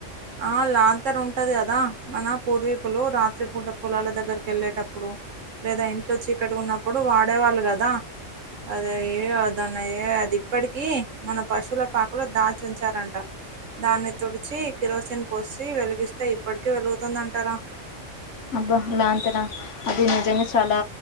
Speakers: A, on the right; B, on the left.
A: ఆ లాంతరుంటది గదా మన పూర్వీకులు రాత్రి పూట పొలాల దగ్గరికెళ్ళేటప్పుడు లేదా ఇంట్లో చీకటిగున్నప్పుడు వాడేవాళ్ళు గదా అదయ్యే దానాయే అది ఇప్పడికి మన పశుల పాకలో దాచుంచారంట దాన్ని తుడిచి కిరోసిన్ పోసి వెలిగిస్తే ఇప్పటికి వెలుగుతుందంట రా
B: అబ్బా లాంతరా అది నిజంగా చాలా